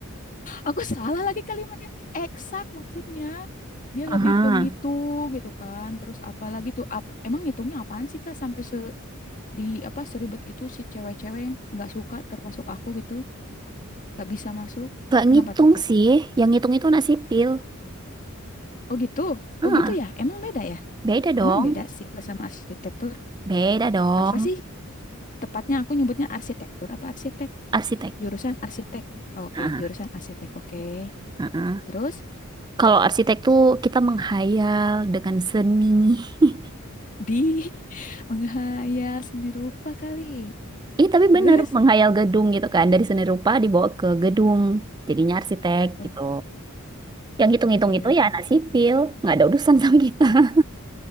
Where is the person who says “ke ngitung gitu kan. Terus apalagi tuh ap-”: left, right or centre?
Left